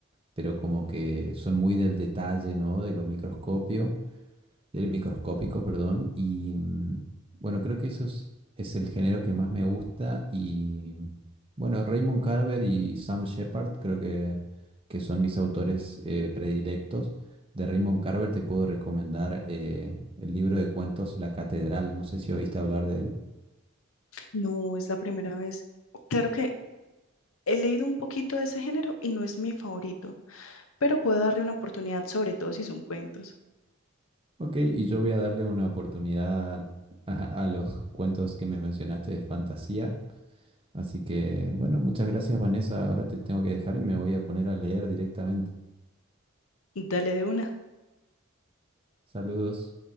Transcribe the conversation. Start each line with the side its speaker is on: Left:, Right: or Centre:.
Right: pero como que son muy del detalle, ¿no? De lo microscopio del microscópico, perdón. Y mm, bueno, creo que eso es, es el género que más me gusta. Y bueno, Raymond Carver y Sam Shepard creo que, que son mis autores eh, predilectos. De Raymond Carver te puedo recomendar eh, el libro de cuentos La Catedral. No sé si oíste hablar de él.
Left: No es la primera vez. Claro que he leído un poquito de ese género y no es mi favorito, pero puedo darle una oportunidad, sobre todo si son cuentos.
Right: Ok, y yo voy a darle una oportunidad <laughs> a, a los cuentos que me mencionaste de fantasía. Así que, bueno, muchas gracias, Vanessa. Ahora te tengo que dejar y me voy a poner a leer directamente.
Left: Dale de una.
Right: Saludos.